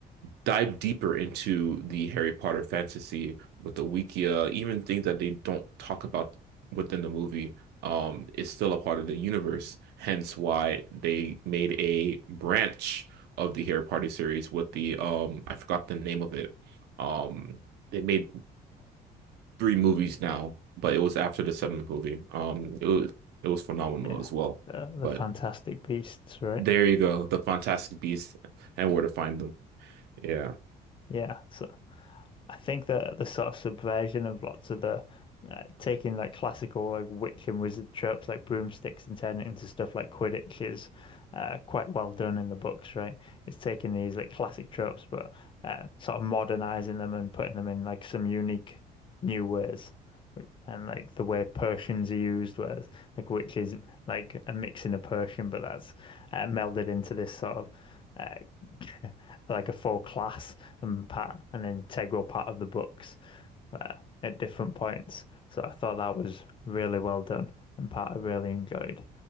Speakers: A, on the right (about 75°); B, on the left (about 30°).
A: dive deeper into the Harry Potter fantasy with the Wikia, even things that they don't talk about within the movie. Um, is still a part of the universe, hence why they made a branch of the Harry Potter series with the um I forgot the name of it. Um, they made three movies now, but it was after the seventh movie. Um, it was, it was phenomenal
B: Yeah,
A: as well.
B: the,
A: But
B: the Fantastic Beasts, right?
A: there you go, the Fantastic Beasts and where to find them. Yeah.
B: Yeah, so I think that the sort of subversion of lots of the uh, taking like classical like witch and wizard tropes like broomsticks and turning it into stuff like Quidditch is uh, quite well done in the books, right? It's taking these like classic tropes but uh, sort of modernizing them and putting them in like some unique new ways. And like the way potions are used, whereas like witches like a mixing of potion, but that's uh, melded into this sort of uh, <laughs> like a full class and part an integral part of the books uh, at different points. So I thought that was really well done and part I really enjoyed.